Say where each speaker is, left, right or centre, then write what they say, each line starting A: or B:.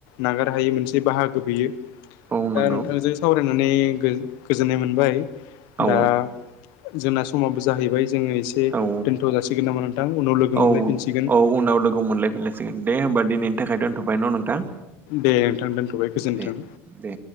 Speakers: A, on the left; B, on the right.
A: नागार हायि मोनसे बाहागो बियो
B: औ
A: दा
B: नंगौ
A: नोंथांजों सावरायनानै गो-गोजोननाय मोनबाय
B: औ
A: दा जोंना समाबो जाहैबाय जो एसे
B: औ
A: दोनथ'जासिगोन नामा नोंथां उनाव लोगो
B: औ
A: मोनलायफिनसिगोन
B: उनाव लोगो मोनलायफिनलायसिगोन दे होमबा दिनैनि थाखाय दोनथ'बाय न' नोंथां
A: दे नोंथां दोनथ'बाय गोजोनथों
B: दे दे